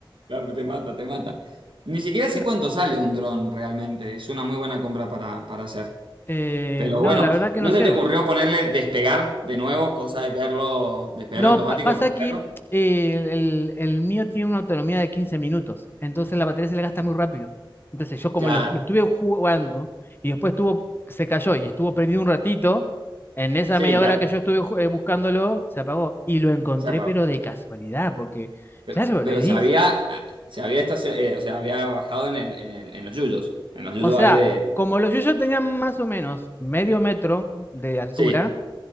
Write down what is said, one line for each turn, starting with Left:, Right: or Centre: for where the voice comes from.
Right: La- te mata, te mata. Ni siquiera sé
Left: Bueno,
Right: cuánto sale un dron realmente, es una muy buena compra para, para hacer.
Left: eh,
Right: Pero
Left: no,
Right: bueno,
Left: la verdad que
Right: ¿no
Left: no
Right: se
Left: sé.
Right: te ocurrió ponerle despegar de nuevo, cosa de verlo, despegar
Left: No,
Right: automático
Left: pa- pasa
Right: para
Left: que
Right: verlo?
Left: eh, el, el- el mío tiene una autonomía de 15 minutos. Entonces la batería se le gasta muy rápido. Entonces yo como
Right: Claro,
Left: lo, lo estuve jugando y después estuvo, se cayó y estuvo prendido un ratito, en esa
Right: sí,
Left: media
Right: ya
Left: hora que yo estuve ju- eh, buscándolo, se apagó. Y lo encontré,
Right: se apagó.
Left: pero de casualidad, porque,
Right: Pe-
Left: claro,
Right: Pero,
Left: le di
Right: se había, se había estacio- eh, o sea, había bajado en el, en el- en los yuyos, en los yuyos
Left: O sea,
Right: ahí de...
Left: como los yuyos tenían más o menos medio metro de altura,
Right: Sí,